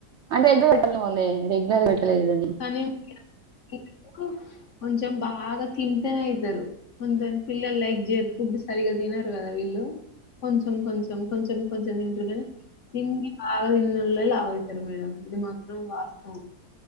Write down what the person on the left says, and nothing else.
<unintelligible> కొంచెం బాగా తింటేనే అవుతారు కొంచెం పిల్లలు లైక్ చేయరు ఫుడ్ తినరు సరిగ్గ తినారు కదా వీళ్ళు కొంచెం కొంచెం కంపల్సరీ కొంచెం తింటుగా తిండి బాగా తిన్నోల్లే బాగా లావైతారు మేడం ఇది మాత్రం వాస్తవం